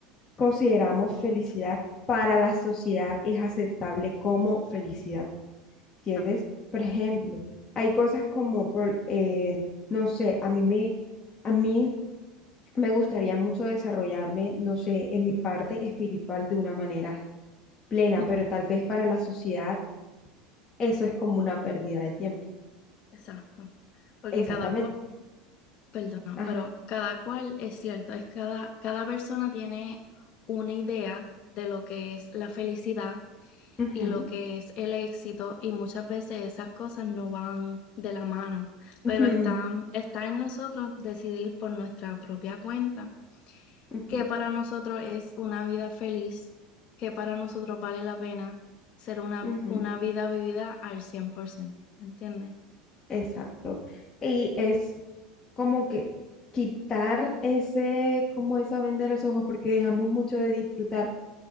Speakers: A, on the left; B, on the left.
A: consideramos felicidad para la sociedad es aceptable como felicidad, ¿entiendes?
B: ah,
A: Por ejemplo, hay cosas como, por- eh, no sé, a mí me, a mí me gustaría mucho desarrollarme, no sé, en mi parte espiritual de una manera plena,
B: ujú,
A: pero tal vez para la sociedad eso es como una pérdida de tiempo.
B: exacto. Porque
A: Exactamente.
B: cada cual, perdona,
A: Ajá.
B: pero cada cual es cierto, es cada, cada persona tiene una idea de lo que es la felicidad
A: Ujú,
B: y lo que es el éxito, y muchas veces esas cosas no van de la mano, pero
A: ujú,
B: están, está en nosotros decidir por nuestra propia cuenta
A: ujú,
B: que para nosotros es una vida feliz, que para nosotros vale la pena ser una,
A: ujú.
B: una vida vivida al 100%, ¿me entiendes?
A: Exacto. Y es como que quitar ese, como esa venda de los ojos, porque dejamos mucho de disfrutar